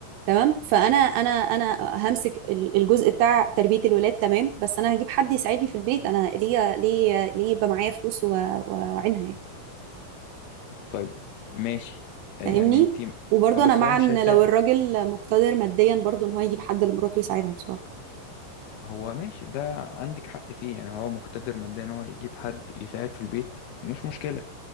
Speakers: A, on the right; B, on the left.
A: تمام فانا انا انا همسك ال- الجزء بتاع تربيه الولاد تمام بس انا هجيب حد يساعدني في البيت انا ليه ليه ليه يبقى معايا فلوس و- و- واعينها يعني
B: طيب ماشي
A: فاهمني
B: آه، يعني انتي
A: وبرضه
B: آه، بس
A: انا مع
B: هو مش
A: ان
B: هيساعد
A: لو الراجل مقتدر ماديا برضه ان هو يجيب حد لمراته يساعدها بصراحه
B: هو ماشي ده عندك حق فيه يعني هو مقتدر ماديا ان هو يجيب حد يساعد في البيت مش مشكلة